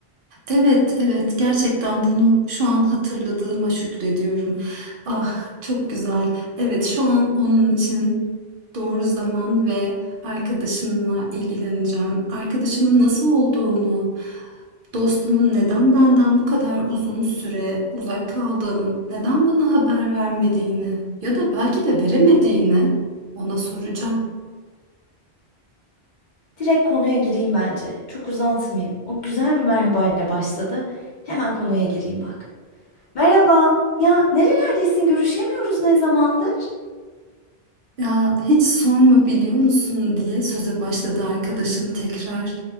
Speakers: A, on the right; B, on the left.
A: Evet, evet gerçekten bunu şu an hatırladığıma şükrediyorum. Ah, çok güzel. Evet, şu an onun için doğru zaman ve arkadaşımla ilgileneceğim. Arkadaşımın nasıl olduğunu, dostumun neden benden bu kadar uzun süre uzak kaldığını, neden bana haber vermediğini ya da belki de veremediğini ona soracağım.
B: Direkt konuya gireyim bence. Çok uzatmayayım. O güzel bir merhabayla başladı. Hemen konuya gireyim bak. Merhaba. Ya nerelerdesin? Görüşemiyoruz ne zamandır?
A: Ya hiç sorma biliyor musun diye söze başladı arkadaşım tekrar.